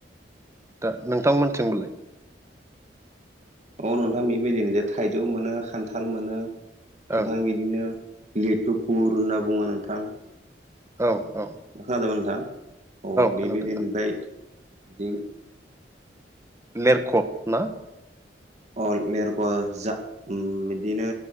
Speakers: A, on the right; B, on the right.
A: दा नोंथांमोनथिंबोलाय
B: औ नोंथां बेबायदिनो जे थाइजौ मोनो खान्थाल मोनो नोंथां
A: ओं
B: बिदि बिदिनो लेथु कुर होनना बुङो नोंथां
A: औ औ
B: <unintelligible> नोंथां औ
A: खोनादों
B: बेबायदि ओमफ्राय
A: औ
B: बिदिं
A: लिरख' ना
B: अ लेरग जा बिदिनो